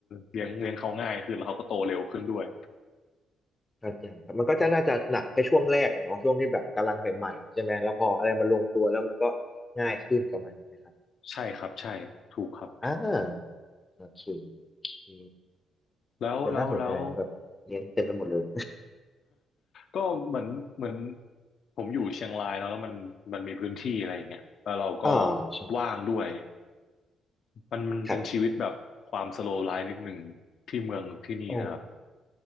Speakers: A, on the left; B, on the left.
A: เลี้ยงเลี้ยงเขาง่ายขึ้นแล้วเขาก็โตเร็วขึ้นด้วย
B: เข้าใจครับมันก็จะน่าจะหนักแค่ช่วงแรกอะเนาะช่วงที่แบบกำลังใหม่ๆใช่ไหมแล้วพออะไรมันลงตัวแล้วมันก็ง่ายขึ้นประมาณนี้นะครับ
A: ใช่ครับใช่ถูกครับ
B: อ่าโอเคโอเ
A: แล้วแล้วแล้ว
B: คแต่น่าสนใจนะแบบเลี้ยงเต็มไปหมดเลย
A: ก็เหมือนเหมือนผมอยู่เชียงรายเนอะแล้วมันมันมีพื้นที่อะไรอย่างเงี้ยแล้วเราก็
B: <laughs> อ่าใช่
A: ว่างด้วยมันมันเป็นชีวิตแบบความสโลว์ไลฟ์นิดหนึ่งที่เมืองที่นี่นะครับ
B: ครับโอ้